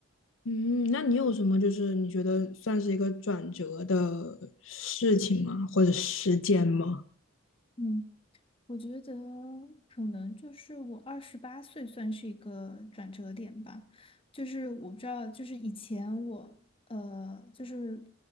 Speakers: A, on the left; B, on the left.
A: 嗯，那你有什么就是你觉得算是一个转折的事情吗？或者时间吗？
B: 嗯。我觉得可能就是我二十八岁算是一个转折点吧，就是我不知道，就是以前我呃，就是